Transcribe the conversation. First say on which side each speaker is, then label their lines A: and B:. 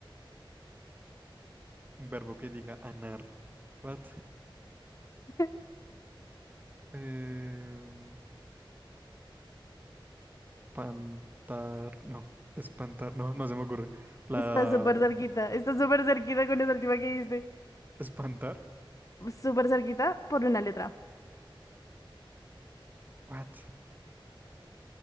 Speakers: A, on the right (about 20°); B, on the left (about 40°).
A: Un verbo que diga anar. What?
B: <laughs>
A: Em, pantar. No. Espantar. No, no se me ocurre. La.
B: Está súper cerquita. Está súper cerquita con esa última que dijiste.
A: Espantar.
B: Súper cerquita por una letra.
A: What?